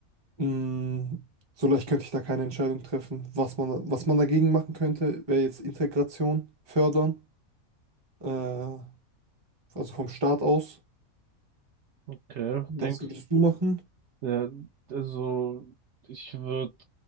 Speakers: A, on the right; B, on the right.
A: Mm, So leicht könnte ich da keine Entscheidung treffen. Was man, was man dagegen machen könnte, wäre jetzt Integration fördern, äh, also vom Staat aus.
B: Okay,
A: Was
B: denkst
A: würdest du machen?
B: ja, also ich würde